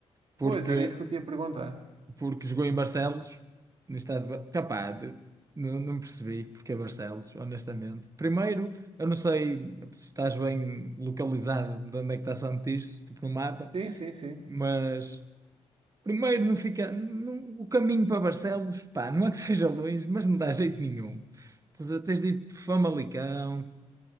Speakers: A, on the right; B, on the right.
A: porque
B: Pois, era isso que eu tinha a perguntar.
A: porque jogou em Barcelos, no estado de... Ba- Capaz, de- não, não percebi porque é Barcelos, honestamente. Primeiro, eu não sei se estás bem localizado de onde é que está Santo Tirso, tipo no mapa,
B: Sim, sim, sim.
A: mas primeiro não fica... não- o caminho para Barcelos, pá, não é que <laughs> seja longe, mas não dá jeito nenhum. Tens, tens de ir por Famalicão,